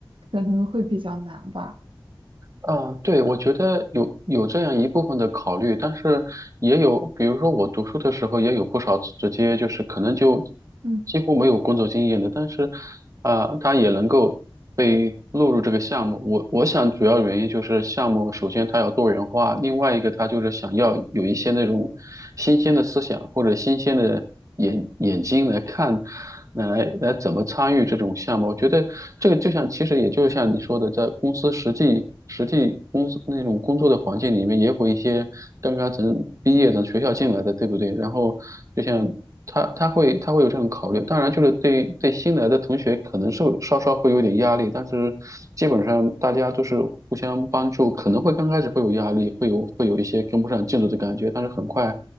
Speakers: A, on the right; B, on the right.
A: 可能会比较难吧。
B: 啊，对，我觉得有有这样一部分的考虑，但是也有，比如说我读书的时候也有不少直接就是可能就
A: 嗯。
B: 几乎没有工作经验的，但是啊、呃他也能够被录入这个项目。我我想主要原因就是项目首先它要多元化，另外一个它就是想要有一些那种新鲜的思想或者新鲜的。眼眼睛来看，来来怎么参与这种项目。我觉得这个就像，其实也就像你说的，在公司实际实际公司那种工作的环境里面，也会一些刚刚从毕业从学校进来的，对不对？然后就像他他会他会有这种考虑，当然就是对对新来的同学可能是稍稍会有点压力，但是基本上大家都是互相帮助，可能会刚开始会有压力，会有会有一些跟不上进度的感觉，但是很快